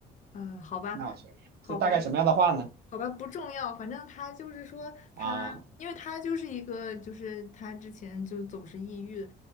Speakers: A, on the left; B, on the right.
A: 呃，好吧，
B: 那我先。
A: 好吧，
B: 这大概什么样的话呢？
A: 好吧，不重要，反正他就是说他，
B: 啊
A: 因为他就是一个，就是他之前就总是抑郁，